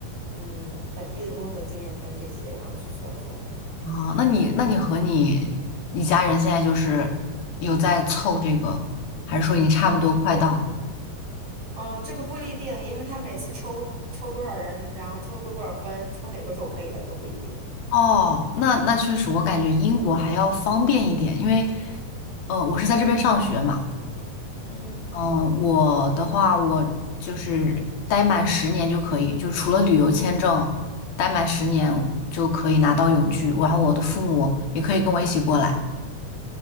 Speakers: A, on the right; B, on the left.
A: 嗯，本地的工作经验分这些，然后去算分。
B: 哦，那你那你和你你家人现在就是有在凑这个，还是说你差不多快到了
A: 对，嗯，这个不一定，因为他每次抽抽多少人，然后抽多少分，抽哪个种类的都不一定。
B: 哦，那那确实，我感觉英国还要方便一点，因为呃我是在这边上学嘛。
A: 嗯。
B: 嗯，我的话，我就是待满十年就可以，就除了旅游签证，待满十年就可以拿到永居，然后我的父母也可以跟我一起过来。